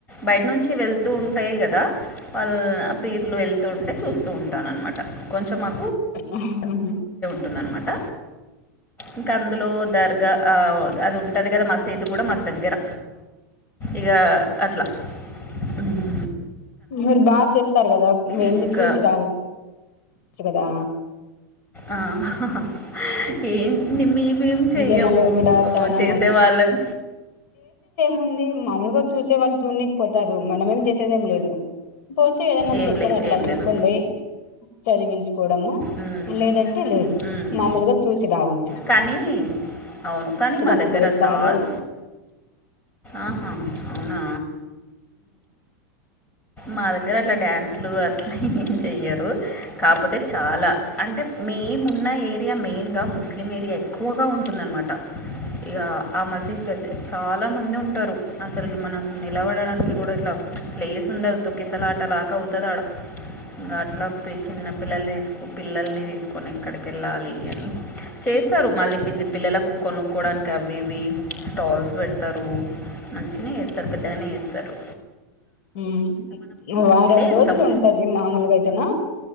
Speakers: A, on the left (about 15°); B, on the left (about 65°).
A: బయట వెళ్తు ఉంటాయి కదా వల్ పిర్లు వెళ్తు ఉంటే చూస్తూ ఉంటాను అనమాట కొంచెం మా
B: ఆహహు
A: ఉంటుంది అనమాట ఇంకా అందులో దర్గా అ ఓ అది ఉంటంది కదా మసీద్ కూడా మ దగ్గర ఇగ అట్ల మ్
B: మీరు బాగా చేస్తారు కదా వెళ్ళి
A: ఇక
B: చూసి రావ చ్చు కదా
A: ఆ హా హా ఏం మేమేమి చెయ్యము
B: జనాలు కూడా చాలా
A: చేసే వాళ్ళం
B: ముంది మాముూలుగా చూసే వాళ్ళు చూడ్ని పోతారు మనమేం చేసేదేంలేదు. పోతే ఏదన్నా
A: ఏం
B: చక్కర
A: లేదు
B: అట్లా
A: ఏం లేదు
B: తీసుకొని పోయి చదివించు కోడము
A: ఉమ్,
B: లేదంటే లేదు.
A: ఉమ్.
B: మామూలుగా చూసి రావచ్
A: కానీ అవును కానీ మా
B: అందుకు
A: దగ్గర
B: వేస్తారు
A: చార్ ఆహా! అవునా మా దగ్గర అట్ల డ్యాన్సులు అట్లా ఏం చెయ్యరు కాపో చాలా అంటే మేమున్న ఏరియా మెయిన్గా ముస్లిం ఏరియా ఎక్కువగా ఉంటుందన్మాట ఇగ ఆ మసీద్ అదే చాలా మంది ఉంటారు. అసలు మనం నిలబడడానికి కూడా ఇట్లా ప్లేస్ ఉండదు. తొక్కిసలాటలాక అవుతదాడ ఇంగాట్లా పి చిన్న పిల్లల పిల్లల్ని తీసుకొని ఎక్కడికెళ్ళాలి అని చేస్తారు మళ్ళీ పి పిల్లలకు కొనుక్కోడానికి అవి ఇవి స్టాల్స్ పెడ్తారు. మంచిగనే ఎస్తారు పెద్దనే ఎస్తారు.
B: మ్ వారం
A: చేస్తాం
B: రోజులుంటది మామూలుగయితేనా